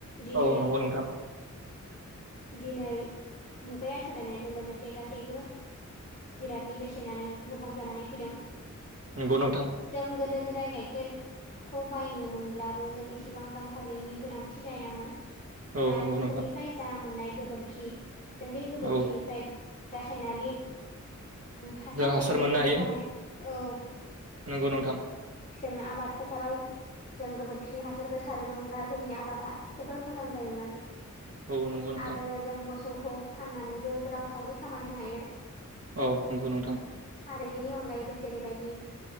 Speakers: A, on the left; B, on the right.
A: दिनै
B: औ नंगौ नोंथां
A: दिनै मुगाया सोलायनायजों लोगोसे गासैबो जिरादनि बेसेनानो गोबां जानानै फैदों
B: नोंगौ नोंथां
A: जों गोदो गोदाय गाइखेर खौ बायनो मोनब्लाबो जों इसेबां रांखावरिनि गोनांथि जायामोन
B: औ
A: आरो
B: नंगौ
A: मोसौनिफ्राय
B: नोंथां
A: जा मोननाय गोबोरखि जों बे गोबोरखिनिफ्राय
B: औ
A: रासायनारि हासार
B: जों
A: बायदिसिनाखौ
B: मोननो हायो
A: बाहाय औ
B: नंगौ नोंथां
A: जों आबाद फोथाराव जों गोबोरखिनि हासारखौ सारोमोनब्ला जोंनि आबादा जोबोर मोजां जायोमोन।
B: औ नंगौ नोंथां
A: आरो जों मोसौखौ फाननानैबो गोरां खावरि खामायनो हायो।
B: औ नंगौ नोंथां।
A: आरो बेनि अनगायैबो जेरैबायदि